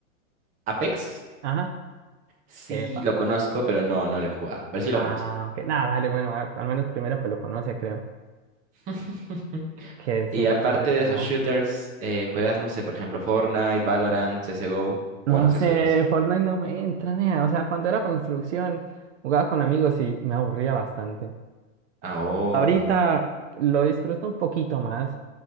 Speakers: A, on the right (about 20°); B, on the right (about 60°).
A: ¿Apex?
B: Ajá.
A: Sí,
B: Epa.
A: lo conozco, pero no, no lo he jugado. Pero sí lo
B: Ah,
A: conozco.
B: ok. Nada, dale, bueno, a- al menos primero que lo conoce, creo.
A: <laughs>
B: Que sí,
A: Y
B: lo
A: aparte
B: cual es
A: de
B: que
A: esos
B: no.
A: shooters, eh, ¿juegas, no sé, por ejemplo, Fortnite, Valorant, CSGO? O O
B: No
A: Bueno, cs
B: sé,
A: dos
B: Fortnite no me entra, nea. O sea, cuando era construcción, jugaba con amigos y me aburría bastante.
A: Ah, Oh.
B: Ahorita lo disfruto un poquito más.